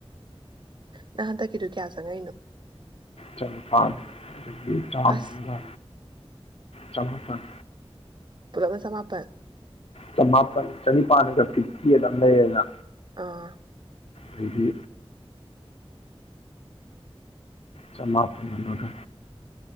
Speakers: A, on the right; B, on the left.
A: ꯅꯪ ꯍꯟꯗꯛ ꯀꯤꯗꯨ ꯀꯌꯥ ꯆꯪꯉꯛ ꯏꯅꯣ
B: ꯆꯅꯤꯄꯥꯟ ꯑꯗꯒꯤ ꯇꯔꯥꯉꯥꯝꯒ
A: ꯑꯁ
B: ꯆꯥꯅꯤꯄꯥꯟ
A: ꯄꯨꯂꯞꯅꯕ ꯆꯃꯥꯄꯟ
B: ꯆꯃꯥꯄꯜꯟ ꯆꯅꯤꯄꯥꯟꯅꯤꯒ ꯐꯤꯞꯇꯤ ꯑꯩꯠ ꯑꯃ ꯂꯩꯔꯦꯗꯅ
A: ꯑꯥ
B: ꯑꯩꯗꯤ ꯆꯃꯥꯄꯟ ꯑꯃꯒ